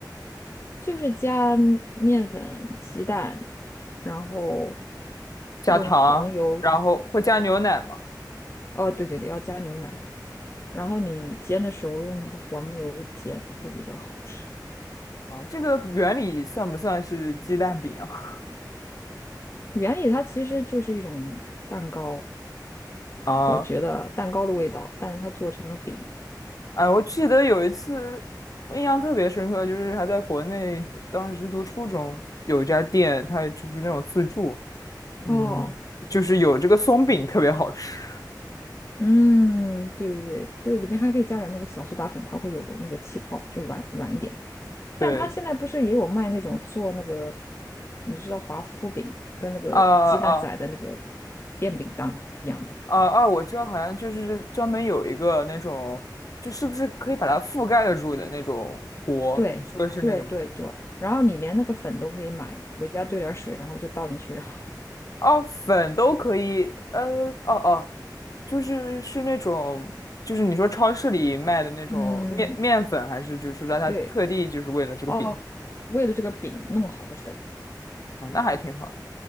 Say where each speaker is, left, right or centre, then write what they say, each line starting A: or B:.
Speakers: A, on the left; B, on the left.
A: 就是加面粉、鸡蛋，然后
B: 加糖，
A: 用黄油，
B: 然后会加牛奶吗？
A: 哦，对对对，要加牛奶，然后你煎的时候用那个黄油煎会比较好吃。
B: 啊，这个原理算不算是鸡蛋饼啊？
A: 原理它其实就是一种蛋糕，
B: <laughs> 啊，
A: 我觉得蛋糕的味道，但是它做成了饼。
B: 哎，我记得有一次，我印象特别深刻，就是还在国内，当时读初中，有一家店，它就是那种自助，嗯，
A: 哦，
B: 就是有这个松饼特别好吃。<laughs>
A: 嗯，对对对对，里面还可以加点那个小苏打粉，它会有那个气泡，就软软一点。
B: 对，
A: 但它现在不是也有卖那种做那个，你知道华夫饼跟那个鸡蛋仔的那个
B: 啊啊。
A: 电饼铛一样的。
B: 啊啊，我知道，好像就是专门有一个那种，就是不是可以把它覆盖得住的那种锅？
A: 对对对对，
B: 你说的是那个吗？
A: 然后你连那个粉都可以买，回家兑点水，然后就倒进去，然后
B: 哦，粉都可以，呃，哦哦，就是是那种，就是你说超市里卖的那种面面粉，
A: <laughs> 嗯，
B: 还是就是让它特地就是为了这个饼
A: 对哦，为了这个饼弄好的粉。
B: 啊，那还挺好的。